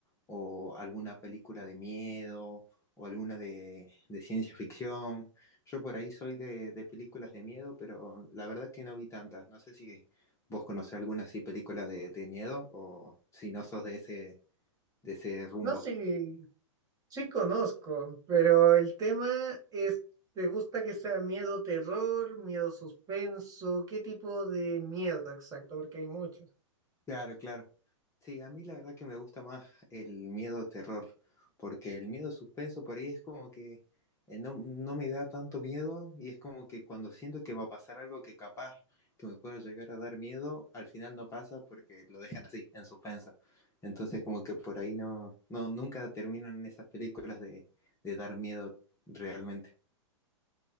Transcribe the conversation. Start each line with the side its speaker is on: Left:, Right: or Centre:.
Left: o alguna película de miedo, o alguna de, de ciencia ficción. Yo por ahí soy de, de películas de miedo, pero la verdad que no vi tantas. No sé si vos conocés alguna así película de, de miedo o si no sos de ese, de ese rumbo.
Right: No, sí, sí conozco, pero el tema es, ¿te gusta que sea miedo terror, miedo suspenso? ¿Qué tipo de miedo exacto? Porque hay muchos.
Left: Claro, claro. Sí, a mí la verdad que me gusta más el miedo terror, porque el miedo suspenso por ahí es como que eh, no, no me da tanto miedo y es como que cuando siento que va a pasar algo que capaz que me pueda llegar a dar miedo, al final no pasa porque lo dejan así, en suspenso. Entonces como que por ahí no, no nunca terminan esas películas de, de dar miedo realmente.